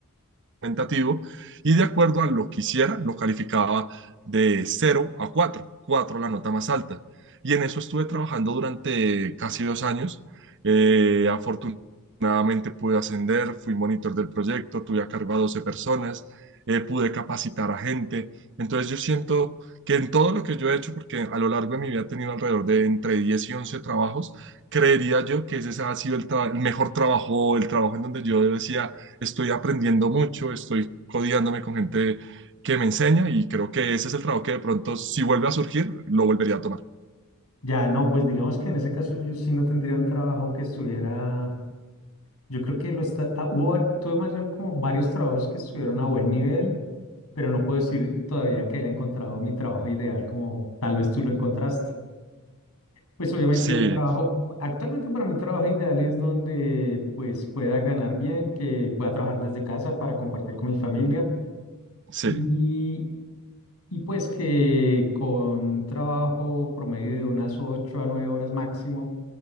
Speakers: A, on the right; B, on the left.
A: tentativo y de acuerdo a lo que hiciera, lo calificaba de cero a cuatro 4 la nota más alta. Y en eso estuve trabajando durante casi dos años. Eh, afortunadamente pude ascender, fui monitor del proyecto, tuve a cargo a 12 personas, eh, pude capacitar a gente. Entonces yo siento que en todo lo que yo he hecho, porque a lo largo de mi vida he tenido alrededor de entre 10 y 11 trabajos, creería yo que ese ha sido el, tra- el mejor trabajo, el trabajo en donde yo decía, estoy aprendiendo mucho, estoy codiándome con gente que me enseña y creo que ese es el trabajo que de pronto, si vuelve a surgir, lo volvería a tomar.
B: Ya, no, pues digamos que en ese caso yo sí no tendría un trabajo que estuviera, yo creo que los, tra- ah, hubo var- tuve más bien como varios trabajos que estuvieron a buen nivel, pero no puedo decir todavía que haya encontrado mi trabajo ideal como tal vez tú lo encontraste. Pues obviamente
A: Sí,
B: un trabajo, actualmente para mí un trabajo ideal es donde pues pueda ganar bien, que pueda trabajar desde casa para compartir con mi familia
A: sí,
B: y, y pues que con un trabajo promedio de unas 8 a 9 horas máximo,